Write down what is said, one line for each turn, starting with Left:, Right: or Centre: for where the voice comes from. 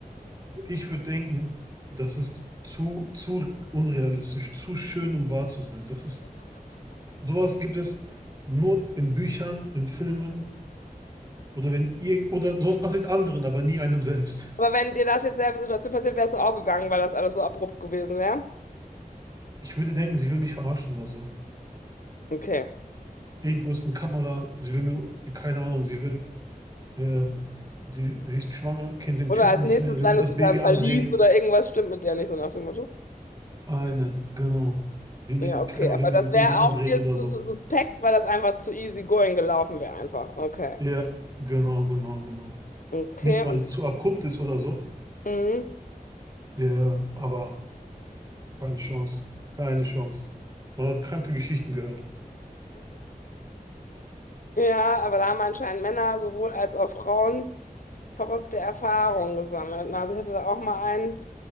Right: Ich würde denken, das ist zu, zu unrealistisch, zu schön, um wahr zu sein. Das ist, sowas gibt es nur in Büchern, in Filmen oder wenn irgend, oder sowas passiert anderen, aber nie einem selbst.
Left: Aber wenn dir das jetzt selbe Situation passiert, wärst du auch gegangen, weil das alles so abrupt gewesen wäre.
Right: Ich würde denken, sie will mich verarschen oder so.
Left: Okay.
Right: Irgendwo ist eine Kamera, sie will mir, keine Ahnung, sie will, äh, sie, sie ist schwanger, kennt den
Left: Oder
Right: Typen
Left: als
Right: nicht
Left: nächstes
Right: mehr, will
Left: landest
Right: mir das
Left: du
Right: Baby
Left: da im Verlies
Right: andrehen.
Left: oder irgendwas stimmt mit der nicht, so nach dem Motto.
Right: Einen, genau. Will mir,
Left: Ja, okay,
Right: keiner
Left: aber
Right: will mir
Left: das
Right: ein
Left: wäre
Right: Baby andrehen
Left: auch dir
Right: oder
Left: zu
Right: so.
Left: zu suspekt, weil das einfach zu easy going gelaufen wäre einfach. Okay.
Right: Ja, genau, genau, genau.
Left: Okay,
Right: Nicht, weil
Left: und
Right: es zu abrupt ist oder so.
Left: mhm.
Right: Ja, aber keine Chance, keine Chance. Man hat kranke Geschichten gehört.
Left: Ja, aber da haben anscheinend Männer sowohl als auch Frauen verrückte Erfahrungen gesammelt. Na, Also ich hatte da auch mal einen,